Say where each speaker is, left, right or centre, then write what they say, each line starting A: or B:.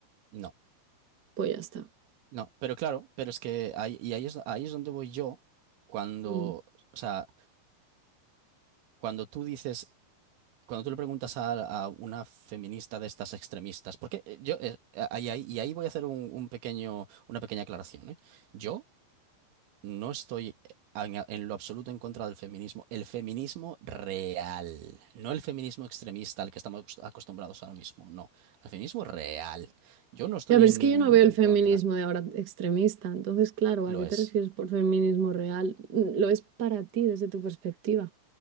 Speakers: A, on the right (about 85°); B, on the right (about 35°).
A: no,
B: Pues ya está.
A: no, pero claro, pero es que ahí, y ahí es, ahí es donde voy yo cuando,
B: Mm.
A: o sea, cuando tú dices Cuando tú le preguntas a, a una feminista de estas extremistas, porque eh, yo, eh, ahí- ahí- y ahí voy a hacer un, un pequeño, una pequeña aclaración, ¿eh? Yo no estoy en, en lo absoluto en contra del feminismo, el feminismo real, no el feminismo extremista al que estamos acost- acostumbrados ahora mismo, no, el feminismo real. Yo no estoy
B: Ya, pero
A: en
B: es que
A: ningún
B: yo no
A: momento
B: veo el
A: en
B: feminismo
A: contra,
B: de ahora extremista. Entonces, claro,
A: lo
B: ¿a qué
A: es.
B: te refieres por feminismo real? Mm, Lo es para ti desde tu perspectiva.